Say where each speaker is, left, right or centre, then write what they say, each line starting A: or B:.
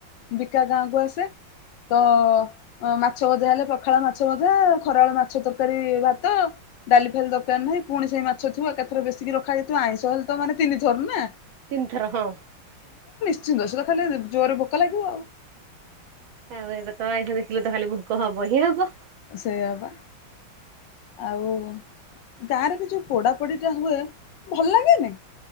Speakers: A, on the left; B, on the right.
A: ବିକା ଗାଁ କୁ ଆସେ ତ ମାଛ ଭଜା ହେଲେ ପଖାଳ ମାଛ ଭଜା ଖରାବେଳେ ମାଛ ତରକାରୀ, ଭାତ ଡାଲି ଫାଲି ଦରକାର ନାହିଁ। ପୁଣି ସେଇ ମାଛ ଥିବ ଏକାଥର ବେଶିକି ରଖାଯାଇଥିବ ଆଇଁଷ ହେଲେ ତ ମାନେ ତିନିଥର ନା।
B: ତିନିଥର ହଁ।
A: ଶୀଘ୍ର ଶୀଘ୍ର ଖାଇଲେ ଜୋରରେ ଭୋକା ଲାଗିବ ଆଉ।
B: ଆଉ ଏବେ ତ ଆଇଁସ ଦେଖିଲେ ତ ଖାଲି ଭୋକ ହବ ହିଁ ହବ।
A: ସେୟା ପା। ଆଉ ଗାଁରେ ବି ଯୋଉ ପୋଡାପୋଡି ଟା ହୁଏ ଭଲ ଲାଗେନି?